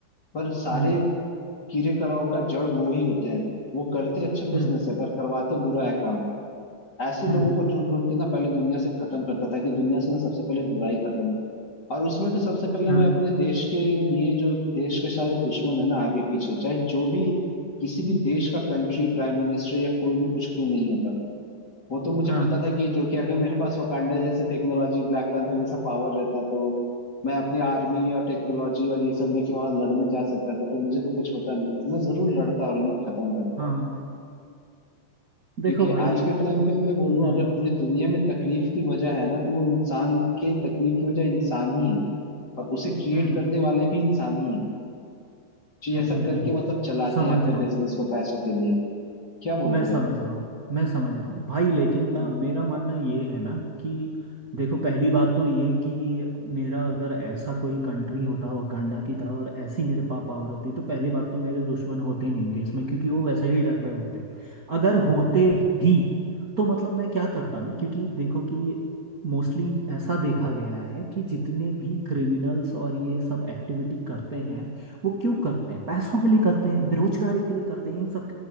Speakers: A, on the left; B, on the right.
A: पर सारे
B: हम्म
A: कीड़े कराओ का जड़ वो ही होते हैं वो करते अच्छा
B: हम्म
A: बिजनेस है पर करवाते बुरा है काम ऐसे लोगों
B: हम्म हम्म,
A: को ढूंढ ढूंढ के ना पहले दुनिया से खत्म करता था कि दुनिया से ना सबसे पहले बुराई खत्म हो और उसमें तो सबसे पहले
B: हाँ
A: मैं अपने देश के लिए जो देश के सारे दुश्मन है ना आगे पीछे चाहे जो भी किसी भी देश का कंट्री प्राइम मिनिस्टर या कोई भी कुछ क्यों नहीं होता वो तो मुझे
B: हाँ
A: पता था कि जो कि अगर मेरे पास वकांडा जैसे टेक्नोलॉजी ब्लैक पैंथर जैसा पावर रहता तो मैं अपनी आर्मी और टेक्नोलॉजी और ये सब लेके वहां लड़ने जा सकता था तो मुझे तो कुछ होता नहीं तो मैं जरूर लड़ता और इन्हें खत्म करता
B: हाँ देखो
A: क्योंकि
B: भाई
A: आज के टाइम
B: हम्म
A: पे मैं बोलूं
B: हम्म
A: अगर पूरी दुनिया में तकलीफ की वजह है ना तो वो इंसान के तकलीफ की वजह इंसान ही है और उसे क्रिएट
B: हम्म
A: करने वाले भी इंसान ही है जो
B: हम्म
A: ऐसा
B: हम्म,
A: करके
B: हम्म, हम्म,
A: मतलब चलाते
B: समझ
A: हैं अपने
B: रहा हूँ
A: बिजनेस को पैसों के लिए क्या बोलते
B: मैं समझ
A: हो
B: रहा हूँ मैं समझ रहा हूँ भाई लेकिन
A: हम्म।
B: ना मेरा मानना ये है ना कि देखो पहली बात तो ये कि मेरा अगर ऐसा कोई कंट्री होता वकांडा की तरह और ऐसी मेरे पास पावर होती तो पहली बात तो मेरे दुश्मन होते नहीं देश में क्योंकि वो वैसे ही डर रहे होते अगर होते भी तो मतलब मैं क्या करता ना क्योंकि देखो कि मोस्टली ऐसा देखा गया है कि जितने भी क्रिमिनल्स और ये सब एक्टिविटी करते हैं वो क्यों करते हैं पैसों के लिए करते हैं बेरोजगारी के लिए करते हैं इन सब